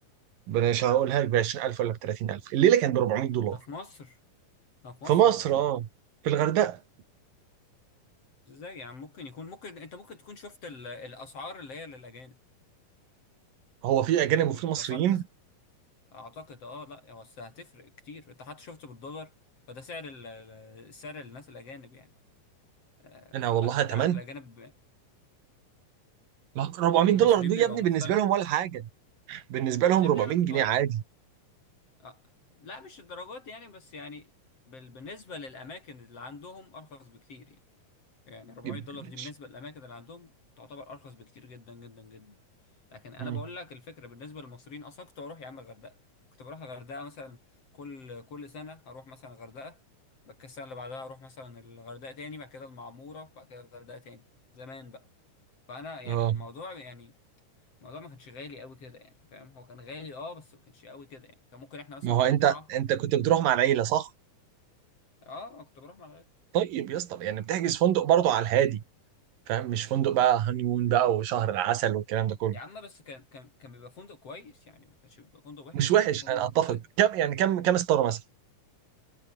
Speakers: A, on the right; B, on the left.
A: مش هقولها لك ب 20000 ولا ب 30000 الليله كانت ب 400 دولار
B: ده في مصر ده في
A: في
B: مصر
A: مصر
B: ولا فين؟
A: اه في الغردقه
B: ازاي يعني ممكن يكون ممكن انت ممكن تكون شفت ال... الاسعار اللي هي للاجانب
A: هو
B: انت
A: في اجانب
B: فاهمني
A: وفي مصريين
B: الاسعار بتخت... اعتقد اه لا هو بس هتفرق كتير انت حتى شفته بالدولار فده سعر ال... ال- سعر الناس الاجانب يعني آه،
A: انا
B: فانت
A: والله اتمنى
B: عارف الاجانب
A: ما 400
B: المصريين
A: دولار دي يا
B: بيبقى
A: ابني
B: مختلف
A: بالنسبه لهم ولا حاجه بالنسبه
B: اصل
A: لهم
B: يا
A: 400
B: ابني انا كنت
A: جنيه
B: بروح
A: عادي
B: آه. لا مش الدرجات دي يعني بس يعني بال... بالنسبة للاماكن اللي عندهم ارخص بكتير يعني. يعني 400
A: يبقى-
B: دولار
A: كلاش.
B: دي بالنسبة للأماكن اللي عندهم تعتبر أرخص بكتير جدا جدا جدا لكن أنا
A: مم.
B: بقول لك الفكرة بالنسبة للمصريين أصلا كنت بروح يا عم الغردقة كنت بروح الغردقة مثلا كل كل سنة أروح مثلا الغردقة بعد كده السنة اللي بعدها أروح مثلا الغردقة تاني بعد كده المعمورة بعد كده الغردقة تاني زمان بقى فأنا يعني
A: اه
B: الموضوع يعني الموضوع ما كانش غالي قوي كده يعني فاهم هو كان غالي اه بس ما كانش قوي كده يعني كان ممكن احنا مثلا
A: ما هو انت
B: أربعة
A: انت كنت بتروح مع العيله صح؟
B: اه أنا كنت بروح مع الغردقة.
A: طيب يا اسطى يعني بتحجز فندق برضه على الهادي فاهم مش فندق بقى هانيمون بقى وشهر العسل والكلام ده كله
B: يا عم بس كان كان كان بيبقى فندق كويس يعني ما كانش بيبقى فندق وحش
A: مش
B: كان
A: وحش
B: بيبقى فندق
A: انا اتفق
B: كويس
A: كم يعني كم كم ستاره مثلا؟